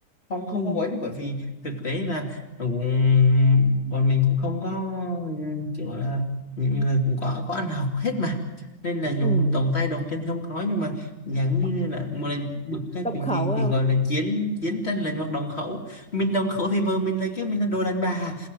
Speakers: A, on the left; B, in the centre.
A: không không
B: ừ
A: có quấy bởi vì thực tế là cũng, bọn mình cũng không có kiểu là những người cũng có có ăn học hết mà nên là dùng
B: ừ
A: động tay động chân thì không có nhưng mà giống như là một lần bực ra
B: động
A: chuyện
B: khẩu
A: gì thì gọi là chiến chiến tranh lành hoặc đồng khẩu mình đồng khẩu thì vợ mình là kêu mình là đồ đàn bà